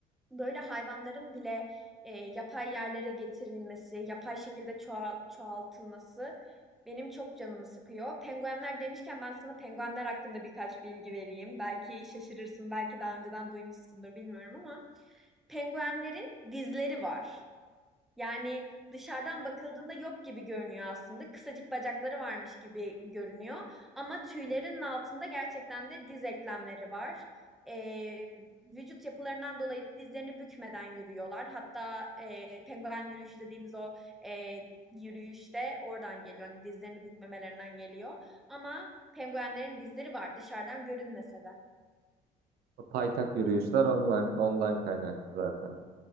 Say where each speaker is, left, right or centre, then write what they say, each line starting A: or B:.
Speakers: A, in the centre; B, on the right (about 65°).
A: Böyle hayvanların bile e, yapay yerlere getirilmesi, yapay şekilde çoğal- çoğaltılması benim çok canımı sıkıyor. Penguenler demişken ben sana penguenler hakkında birkaç bilgi vereyim. Belki şaşırırsın, belki daha önceden duymuşsundur bilmiyorum ama penguenlerin dizleri var. Yani dışarıdan bakıldığında yok gibi görünüyor aslında. Kısacık bacakları varmış gibi görünüyor. Ama tüylerinin altında gerçekten de diz eklemleri var. Ee, vücut yapılarından dolayı dizlerini bükmeden yürüyorlar. Hatta e, penguen yürüyüşü dediğimiz o e, yürüyüş de oradan geliyor. Hani dizlerini bükmemelerinden geliyor. Ama penguenlerin dizleri var dışarıdan görünmese de.
B: O paytak yürüyüşler ondan, ondan kaynaklı zaten.